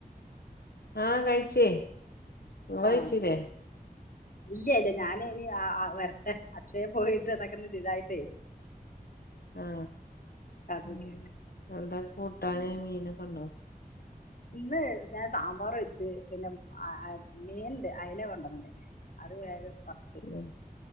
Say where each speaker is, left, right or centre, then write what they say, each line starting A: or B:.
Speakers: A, on the left; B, on the left.
A: ആ കഴിച്ചേ ഇങ്ങളയ്ച്ചീലെ
B: ആ ഇല്ല ലെല്ല ഞാനിനി വെരട്ടെ അക്ഷയെ പോയിട്ട് ഇതൊക്കെന്ന് ഇതായിട്ടെ
A: ആ
B: അതൊക്കെയാണ്
A: ഉം എന്താ കൂട്ടാന്‌
B: ഉം
A: മീനൊക്കെണ്ടോ
B: ഇന്ന് ഞാൻ സാമ്പാറ് വെച്ച് പിന്നെ അ അ മീൻണ്ട് അയ്ല കൊണ്ടന്ന്ണ്ടയ് അത് വേഗം വർത്ത്
A: ഉം